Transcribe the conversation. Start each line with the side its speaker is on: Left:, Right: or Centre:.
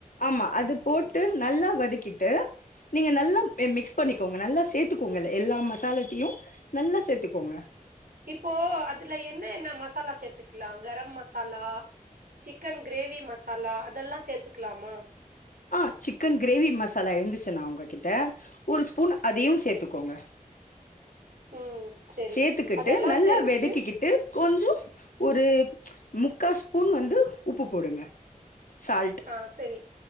Left: ஆமா அது போட்டு
Right: ம்
Left: நல்லா வதக் கிட்டு நீங்க நல்லா மிக்ஸ் பண்ணிக்கோங்க நல்லா சேத்துக்கோங்க எல்லா மசாலத்தயு நல்லா சேத்துக்கோங்க
Right: இப்போ அதுல என்னெ என்னெ மசாலா சேத்துக்கலா கரம் மசாலா சிக்கன் கிரேவி மசாலா அதெல்லா சேத்துக்கலாமா
Left: ஆஹ் சிக்கன் கிரேவி மசாலா இருந்துச்சுன்னா உங்ககிட்ட ஒரு ஸ்பூன் அதியு சேத்துக்கோங்க
Right: ம் செரி
Left: சேத்துக்கிட்டு
Right: அதெல்லா
Left: நல்லா
Right: சேத்துட்டு
Left: வெதக்கிக்கிட்டு கொஞ்சோ ஒரு முக்கா ஸ்பூன் வந்து உப்பு போடுங்க சால்ட்
Right: ஆஹ் செரி